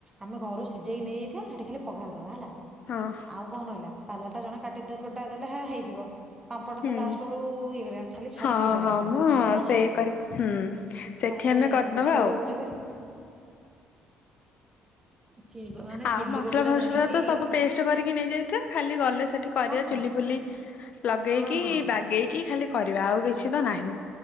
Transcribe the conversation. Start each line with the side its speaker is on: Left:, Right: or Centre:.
Right: ଆମେ ଘରୁ ସିଝେଇକି ନେଇଯାଇଥିବା ସେଠି ଖାଲି ପଘାରିଦବା ହେଲା।
Left: ହଁ।
Right: ଆଉ କଣ ରହିଲା ସାଲା ଟା ଜଣେ କାଟିଦ କୁଟା ଦେଲେ ହେ ହେଇଯିବ। ପାମ୍ପଡ଼ ଟା
Left: ହୁଁ
Right: ତ ଲାଷ୍ଟ ବେଳୁ ଇଏ କରିବା। ଖାଲି ଛତୁ
Left: ହଁ
Right: ଟା
Left: ହଁ
Right: ହବନି
Left: ମ
Right: ଭାତ
Left: ସେଇଆ
Right: ଛତୁ।
Left: କରିବା ହୁଁ। ସେଠି
Right: ତାହେଲେ
Left: ଆମେ କରିଦବା
Right: ଚିଲ
Left: ଆଉ
Right: କୋବି ଟା ବି ଚି ମାନେ
Left: ଆଉ
Right: ଚିଲି
Left: ମସଲା
Right: କୋବିଟା
Left: ଫସଲା
Right: ଜାଣିକି
Left: ତ ସବୁ ପେଷ୍ଟ କରିକି ନେଇଯାଇଥିବା। ଖାଲି ଗଲେ ସେଠି କରିବା
Right: ହଁ ମସଲା
Left: ଚୁଲି ଫୁଲି ଲଗେଇକି
Right: ହଁ ହଁ
Left: ବାଗେଇକି ଖାଲି କରିବା ଆଉ କିଛି ତ ନାହିଁ।